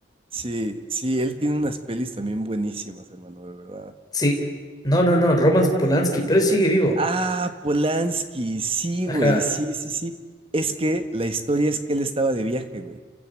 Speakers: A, on the right; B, on the left.
A: Sí, sí, él tiene unas pelis también buenísimas, hermano, de verdad.
B: Sí. No, no, no, Roman Polanski, pero sigue vivo.
A: Ah, Polanski, sí,
B: Ajá.
A: güey, sí, sí, sí. Es que la historia es que él estaba de viaje, güey.